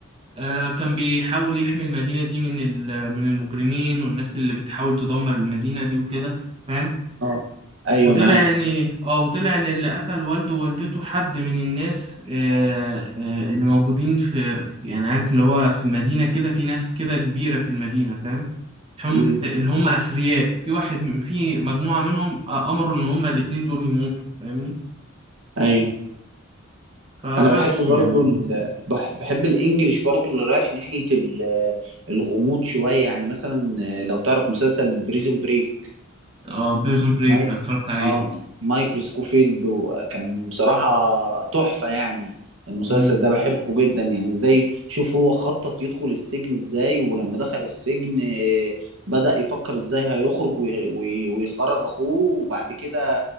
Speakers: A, on the right (about 25°); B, on the right (about 70°).
A: آه، كان بيحاول يحمي المدينة دي من ال- من المجرمين والناس اللي بتحاول تدمر المدينة دي وكده فاهم
B: اه أيوه
A: وطلع
B: معاك
A: ان اه وطلع ان اللي قتل والده ووالدته حد من الناس آه آه اللي موجودين في, في يعني عارف اللي هو في المدينة كده في ناس كده كبيرة في المدينة فاهم هم
B: امم
A: اللي هم أثرياء في واحد في مجموعة منهم آه، أمروا إن هم الاتنين دول يموتوا فاهمني
B: أيوه
A: فبس
B: انا بحب
A: يعني
B: برضو ال... بح- بحب الانجليش برضو اللي رايح ناحية ال- الغموض شوية يعني مثلا لو تعرف مسلسل بريزون بريك
A: اه بيرسون بريك
B: ماي
A: اتفرجت عليه
B: اه مايكل سكوفيلد وكان بصراحة تحفة يعني المسلسل
A: مم.
B: ده بحبه جدا يعني ازاي شوف هو خطط يدخل السجن ازاي ولما دخل السجن آه، بدأ يفكر ازاي هيخرج وي- وي- ويخرج اخوه وبعد كده